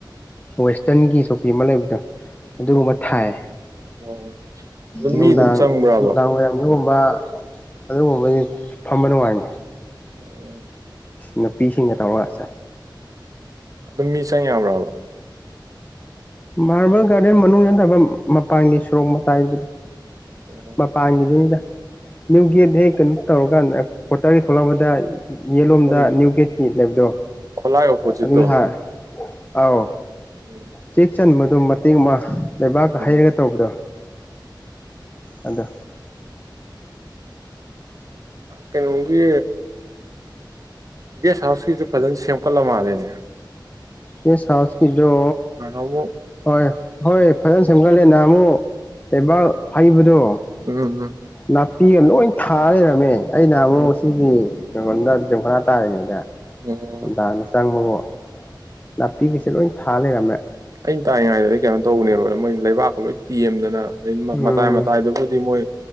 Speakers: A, on the left; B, on the right.
A: ꯋꯦꯁꯇꯔꯟꯒꯤ ꯆꯧꯀꯤ ꯑꯃ ꯂꯩꯕꯗꯣ ꯑꯗꯨꯒꯨꯝꯕ ꯊꯥꯏ
B: ꯑꯣ ꯑꯗꯨꯝ
A: ꯅꯨꯡꯗꯥꯡ
B: ꯃꯤ ꯑꯗꯨꯝ ꯆꯪꯕ꯭ꯔꯕ
A: ꯅꯨꯡꯗꯥꯡ ꯋꯥꯔꯝ ꯗꯒꯨꯝꯕ ꯑꯗꯨꯒꯨꯝꯕꯗꯤ ꯐꯝꯕ ꯅꯨꯡꯉꯥꯏꯅꯤ
B: ꯑꯣ
A: ꯅꯨꯄꯤꯁꯤꯡꯒ ꯇꯧꯔꯒ
B: ꯑꯗꯨꯝ ꯃꯤ ꯆꯪ ꯌꯥꯕ꯭ꯔꯕ
A: ꯃꯥꯔꯕꯜ ꯒꯥꯔꯗꯦꯟ ꯃꯅꯨꯡ ꯅꯠꯇꯕ ꯃꯄꯥꯟꯒꯤ ꯁꯣꯔꯣꯛ ꯃꯇꯥꯏꯒꯤꯗꯣ
B: ꯑꯣ
A: ꯃꯄꯥꯥꯉꯗꯨꯗ ꯅꯨꯒꯦꯠꯗꯦꯛꯀꯨ ꯇꯧꯔꯀꯥꯟꯗ ꯀꯣꯇꯔꯒꯤ ꯊꯣꯛꯂꯛꯄꯗ ꯌꯦꯂꯣꯝꯗ
B: ꯑꯣ
A: ꯅ꯭ꯌꯨ ꯒꯦꯠꯀꯤ ꯂꯩꯕꯗꯣ
B: ꯈꯣꯂꯥꯏ ꯑꯣꯄꯣꯖꯤꯠꯇꯣ
A: ꯑꯗꯨꯒꯤ ꯍꯥꯔ ꯑꯥꯎ
B: ꯎꯝ
A: ꯆꯦꯛ ꯆꯟꯕꯗꯣ ꯃꯇꯦꯛ ꯑꯃ ꯂꯩꯕꯥꯛꯀ
B: ꯑꯣ
A: ꯍꯩꯔꯒ ꯇꯧꯕꯗꯣ ꯑꯗꯣ
B: ꯑꯣ ꯀꯩꯅꯣꯒꯤ ꯒꯦꯁ ꯍꯥꯎꯁꯀꯤꯁꯨ ꯐꯖꯅ ꯁꯦꯝꯒꯠꯂ ꯃꯥꯜꯂꯦꯅꯦ
A: ꯒꯥꯏ ꯍꯥꯎꯁ ꯀꯤꯗꯣ
B: ꯅꯍꯥꯟꯃꯨꯛ
A: ꯍꯣꯏ ꯍꯣꯏ ꯐꯖꯅ ꯁꯦꯝꯒꯠꯂꯦ ꯅꯍꯥꯟ ꯑꯃꯨꯛ ꯂꯩꯕꯥꯛ ꯍꯩꯕꯗꯣ
B: ꯎꯝ ꯎꯝ
A: ꯅꯥꯄꯤꯒ ꯂꯣꯏ ꯊꯥ ꯂꯩꯔꯝꯃꯦ ꯑꯩꯅ ꯑꯃꯨꯛ
B: ꯎꯝ
A: ꯁꯤꯗꯤ ꯑꯩꯒꯣꯟꯗ ꯌꯝꯈꯅꯥ ꯇꯥꯔꯤꯉꯩꯗ
B: ꯑꯣ
A: ꯅꯨꯡꯗꯥꯡꯗ ꯆꯪꯕꯒꯣ ꯅꯥꯄꯤꯒꯤꯁꯦ ꯂꯣꯏ ꯊꯥ ꯂꯩꯔꯝꯃꯦ
B: ꯑꯩꯅ ꯇꯥꯏꯉꯩꯗꯗꯤ ꯀꯩꯅꯣ ꯇꯧꯕꯅꯦꯕ ꯃꯣꯏ ꯂꯩꯕꯥꯛꯀ ꯂꯣꯏ ꯇꯦꯝꯗꯅ ꯑꯗ
A: ꯎꯝ
B: ꯃꯇꯥꯏ ꯃꯇꯥꯏꯗꯨꯕꯨꯗꯤ ꯃꯣꯏ